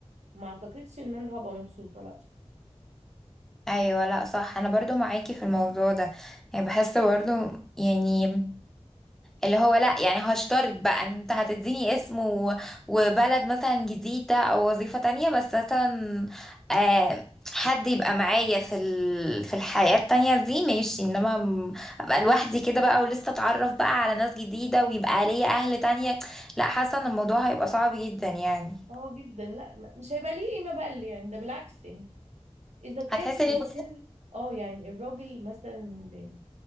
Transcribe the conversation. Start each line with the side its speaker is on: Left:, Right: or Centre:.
Right: ما اعتقدش ان انا هبقى مبسوطه لا
Centre: ايوه لا صح انا برضو معاكي في الموضوع ده يعني بحس برضو يعني اللي هو لا يعني هشترط بقى ان انت هتديني اسم و... وبلد مثلا جديدة او وظيفة تانية بس مثلا آه حد يبقى معايا في ال... في الحياة التانية دي ماشي انما م- ابقى لوحدي كده بقى ولسه اتعرف بقى على ناس جديدة ويبقى ليا اهل تانية لا حاسة ان الموضوع هيبقى صعب جدا يعني
Right: اه جدا لا م- مش هيبقى ليه قيمه بقى اللي يعني ده بالعكس يعني اذا كان
Centre: هتحس ان
Right: اذا
Centre: انت
Right: كان اه يعني الراجل مثلا اللي-